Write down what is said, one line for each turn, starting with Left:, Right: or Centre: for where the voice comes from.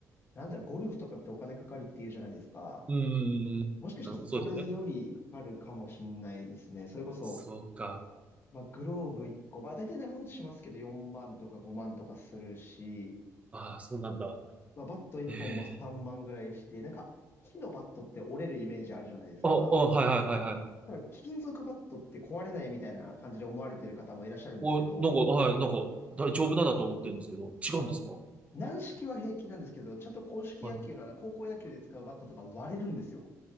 Left: なんだろう、ゴルフとかってお金かかるっていうじゃないですか。
Right: うん。
Left: もしかしたらそれよりかかるかもしんないですね。
Right: あのそうですよね。
Left: それこそ、
Right: そうか。
Left: まあ、グローブ1個、まあ、大体長持ちしますけど、4万とか5万とかするし、
Right: ああ、そうなんだ。
Left: まあ、バット1本も3万ぐらいして、
Right: ええ
Left: なんか、木のバットって折れるイメージあるじゃないですか。
Right: あ、あ、はいはいはいはい。
Left: ただ、金属バットって壊れないみたいな感じで思われてる方もいらっしゃるんですけど、
Right: お、なんか、はい、なんか、大丈夫なんだと思ってるんですけど、違うんですか
Left: あの、軟式は平気なんですけど、ちゃんと硬式野球のあの、
Right: は
Left: 高校野球で使うバットとか割れるんですよ。